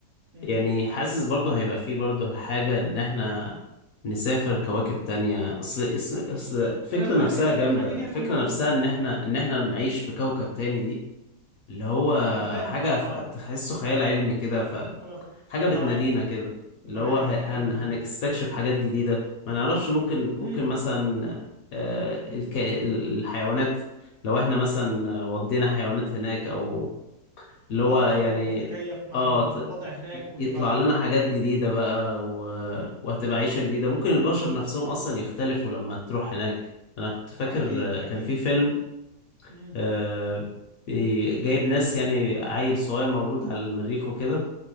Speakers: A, on the right; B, on the left.
A: أمم.
B: يعني
A: <coughs>
B: حاسس برضه هيبقى فيه برضه حاجة إن إحنا نسافر كواكب تانية أصل أصل أصل الفكرة
A: أنا فاهم
B: نفسها جامدة
A: الحاجة دي
B: الفكرة
A: هتكون موجودة
B: نفسها إن إحنا إن إحنا نعيش في كوكب تاني دي اللي هو
A: أنا فاهم
B: حاجة
A: أه
B: ف- تحسه
A: أه
B: خيال علمي كده فحاجة
A: أنا ف-
B: بتنادينا
A: معاك
B: كده اللي
A: معاك
B: هو ه- هن
A: ال...
B: هنستكشف حاجات جديدة ما نعرفش ممكن ممكن
A: مم.
B: مثلا آه، الك... الحيوانات لو إحنا مثلا ودينا حيوانات هناك أو اللي
A: تتأقلم
B: هو يعني
A: وتتكيف مع
B: اه
A: الوضع
B: ت...
A: هناك وتبقى
B: يطلع لنا حاجات جديدة بقى و... وهتبقى عيشة جديدة ممكن البشر نفسهم أصلا يختلفوا لما تروح هناك أنا كنت فاكر
A: آه أكيد أكيد
B: آه، كان في فيلم
A: مم.
B: آه، بي- جايب ناس يعني عيل صغير مولود على المريخ وكده